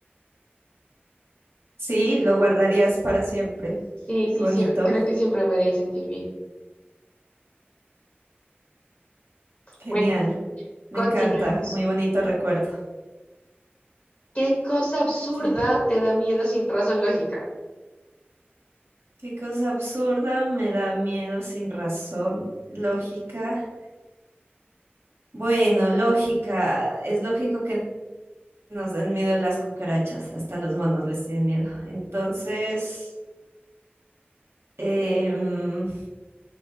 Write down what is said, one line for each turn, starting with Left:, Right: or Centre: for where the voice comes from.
Right: Sí, lo guardarías para siempre.
Left: Sí,
Right: Qué
Left: sí,
Right: bonito,
Left: sí, creo que siempre me haría sentir bien.
Right: genial,
Left: Bueno,
Right: me
Left: continuemos.
Right: encanta, muy bonito recuerdo.
Left: ¿Qué cosa absurda
Right: Sí.
Left: te da miedo sin razón lógica?
Right: Qué cosa absurda, me da miedo sin razón, lógica. Bueno, lógica, es lógico que nos den miedo las cucarachas, hasta los monos les tienen miedo. Entonces... Em,